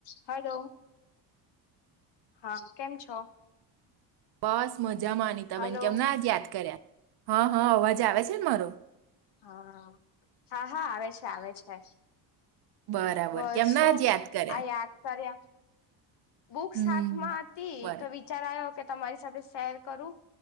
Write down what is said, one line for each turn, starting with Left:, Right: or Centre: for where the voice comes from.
Left: Hello હા કેમ છો
Right: બસ મજામાં અનિતાબેન
Left: હલો
Right: કેમ ના જ યાદ કર્યા હા હા અવાજ આવે છે ને મારો
Left: હા હા હા આવે છે આવે છે
Right: બરાબર
Left: બસ
Right: કેમના
Left: જો
Right: આજ યાદ કર્યા
Left: આ યાદ કર્યા બુક
Right: હમ
Left: સાથમાં હતી
Right: બર
Left: તો વિચારો કે તમારી સાથે શેર કરું